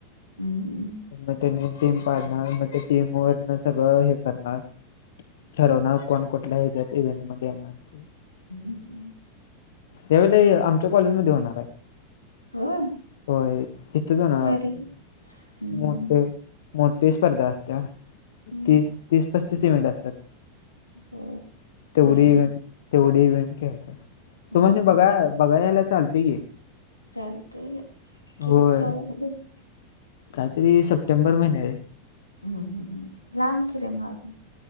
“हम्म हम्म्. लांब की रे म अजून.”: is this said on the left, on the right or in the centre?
Left